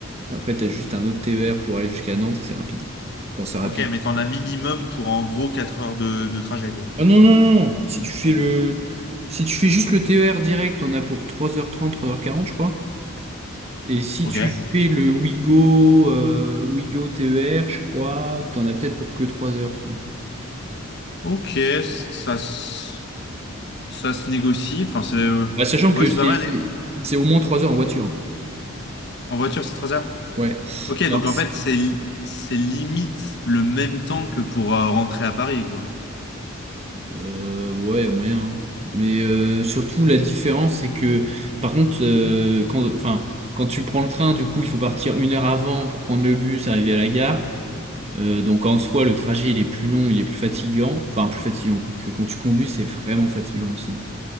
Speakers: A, on the right; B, on the left.
A: après t'as juste un autre TER pour aller jusqu'à Nantes et c'est rapide. Enfin, c'est rapide.
B: Ok, mais t'en as minimum pour en gros 4 heures de, de trajet, quoi.
A: Ah non, non, non! non. Si tu fais le. Si tu fais juste le TER direct, on a pour trois heures trente trois heures quarante je crois. Et si
B: Ok.
A: tu fais le Ouigo, euh, Ouigo TER, je crois, t'en as peut-être pour que 3 heures, tu vois.
B: Ok, ça, se- ça se négocie. Enfin, c'est euh,
A: Ouais, sachant que
B: ouais, c'est
A: c'est
B: pas mal.
A: c'est-
B: Et
A: c'est au moins 3 heures en voiture. hein.
B: En voiture, c'est 3 heures.
A: Ouais.
B: Ok,
A: Alors,
B: donc en
A: c'est-
B: fait, c'est li- c'est limite le même temps que pour euh, rentrer à Paris, quoi.
A: euh, ouais, moyen. hein. Mais euh, surtout, la différence, c'est que, par contre, euh, quand, enfin, quand tu prends le train, du coup, il faut partir une heure avant pour prendre le bus, arriver à la gare. Euh, donc, en soi, le trajet, il est plus long, il est plus fatigant. Enfin, plus fatigant, quoique quand tu conduis, c'est vraiment fatigant aussi.